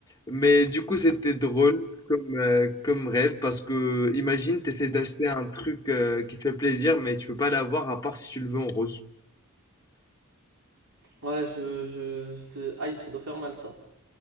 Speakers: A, on the left (about 15°); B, on the right (about 75°).
A: Mais du coup, c'était drôle comme, euh, comme rêve parce que imagine, tu essaies d'acheter un truc euh, qui te fait plaisir, mais tu peux pas l'avoir à part si tu le veux en rose.
B: Ouais, je, je, c'est- aïe, ça doit faire mal ça.